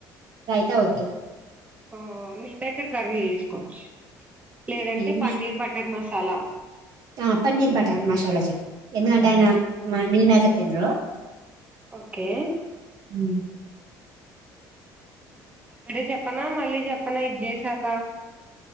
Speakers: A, on the right; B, on the right.
A: తవోదు
B: ఆ మిల్క్ మేకర్ కర్రీ చేసుకోవచ్చు లేదంటే
A: మిల్ మే-
B: పన్నీర్ బటర్ మసాలా తలా
A: ఆ పన్నీర్ బటర్ మసాలా చెప్పు ఎందుకంటే ఆయన మిల్మేకర్ తిన్రు
B: ఓకే
A: ఊ
B: ఇప్పుడే చెప్పనా మళ్ళీ చెప్పనా ఇది చేసాక